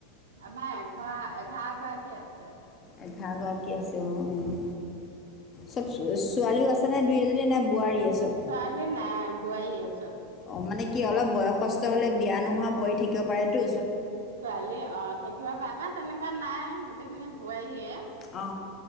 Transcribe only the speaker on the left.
এঘাৰগৰাকী আছে উম উম চব ছোৱালীও আছে নে দুই-এজনী, নে বোৱাৰীয়ে চব?
অ মানে কি অলপ বয়সস্থ হ'লে বিয়া নোহোৱা বোৱাৰী থাকিব পাৰেটো।
অ